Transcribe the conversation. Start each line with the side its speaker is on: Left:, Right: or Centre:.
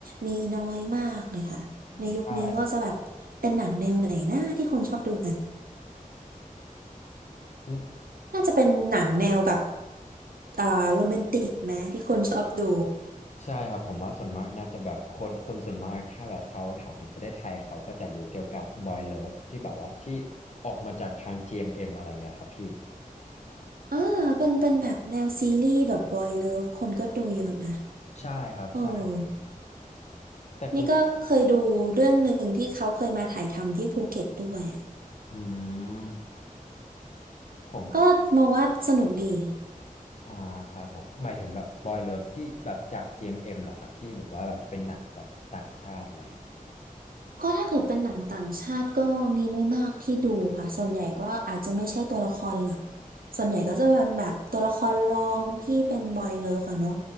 Right: มีน้อยมากเลยค่ะในยุคนี้ก็จะแบบเป็นหนังแนวไหนนะที่คนชอบดูกัน
Left: ใช่อืม
Right: น่าจะเป็นหนังแนวแบบอ่าโรแมนติกไหมที่คนชอบดู
Left: ใช่ครับผมว่าส่วนมากน่าจะแบบคนคนส่วนมากถ้าแบบเขาถามถึงประเทศไทยเขาก็จะรู้เกี่ยวกับ Boy Love ที่แบบว่าที่ออกมาจากทาง GMM อมเอ็มอะไรเงี้ยครับพี่
Right: อ่าเป็นเป็นแบบแนวซีรีส์แบบบอยเลิฟคนก็ดูเยอะนะ
Left: ใช่ครับใช่ครับ
Right: เออ
Left: แต่คือผม
Right: นี่ก็เคยดูเรื่องหนึ่งที่เขาเคยมาถ่ายทำที่ภูเก็ตด้วย
Left: อืมผม
Right: ก็มองว่าสนุกดี
Left: อ่าครับผมหมายถึงแบบบอยเลิฟที่แบบจาก GMM เอ็มเอ็มเหรอครับพี่หรือว่าแบบเป็นหนังแบบต่างชาติอะไรอ่ะ
Right: ก็ถ้าเกิดเป็นหนังต่างชาติก็มีไม่มากที่ดูค่ะส่วนใหญ่ก็อาจจะไม่ใช่ตัวละครหลักส่วนใหญ่ก็จะเป็นแบบตัวละครรองที่เป็นบอยเลิฟอะเนาะ